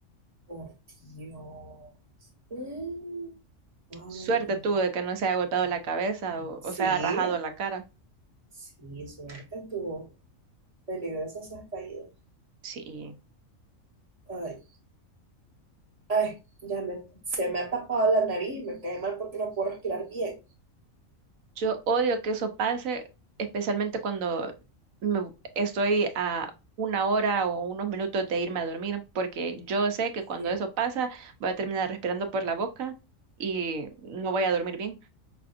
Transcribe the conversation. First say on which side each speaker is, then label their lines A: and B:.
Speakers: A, on the right; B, on the right.
A: Por Dios. Mm, Ay,
B: Suerte tuvo
A: no.
B: de que no se haya golpeado la cabeza o,
A: Sí,
B: o se haya rajado la cara.
A: sí, suerte tú. Peligrosas esas caídas.
B: Sí.
A: Ay, Ay, ya me, se me ha tapado la nariz y me cae mal porque no puedo respirar bien.
B: Yo odio que eso pase, especialmente cuando me- estoy a una hora o unos minutos de irme a dormir, porque yo sé que cuando
A: sí.
B: eso pasa voy a terminar respirando por la boca y no voy a dormir bien.